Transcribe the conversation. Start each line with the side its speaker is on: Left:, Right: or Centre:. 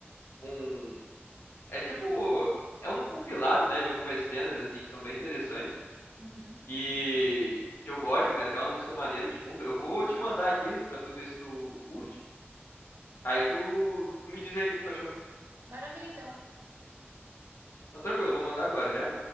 Left: um. É tipo. É um compilado, né? De algumas cenas, assim, que são bem interessantes.
Right: Uhum.
Left: E que eu gosto, tem até uma música maneira de fundo. Eu vou te mandar aqui pra tu ver se tu curte. Aí tu, tu me diz aí o que que tu achou.
Right: Maravilha, então.
Left: Então, tranquilo, eu vou mandar agora, já?